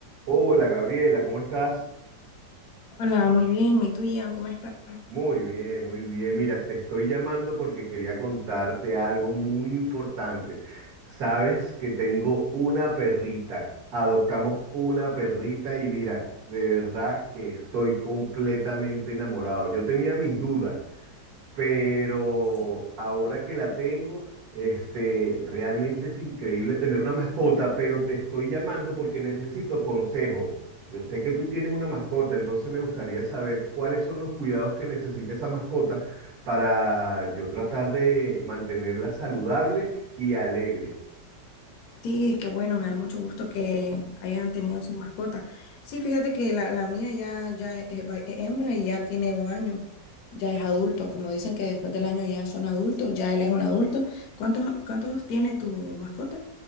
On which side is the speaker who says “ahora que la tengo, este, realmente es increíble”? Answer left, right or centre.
Right